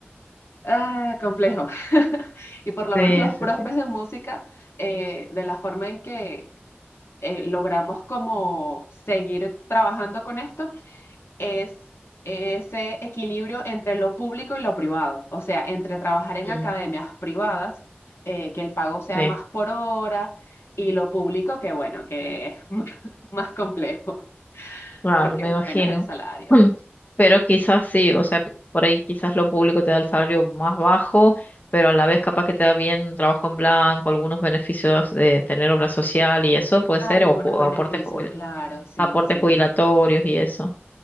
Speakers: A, on the left; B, on the left.
A: Ah, complejo. <laughs> Y por lo
B: Sí,
A: menos los
B: sí,
A: profes
B: sí.
A: de música, eh, de la forma en que eh, logramos como seguir trabajando con esto, es ese equilibrio entre lo público y lo privado. O sea, entre trabajar en
B: Mm,
A: academias privadas, eh, que el pago sea
B: sí.
A: más por hora, y lo público, que bueno, que es <laughs> más complejo,
B: Claro,
A: porque
B: me
A: es
B: imagino.
A: menos el salario.
B: <laughs> Pero quizás sí, o sea, por ahí quizás lo público te da el salario más bajo, pero a la vez capaz que te da bien un trabajo en blanco, algunos beneficios de tener obra social y eso puede
A: Algunos
B: ser, o ju-
A: beneficios,
B: aportes, jubil-
A: claro, sí,
B: aportes
A: sí.
B: jubilatorios y eso.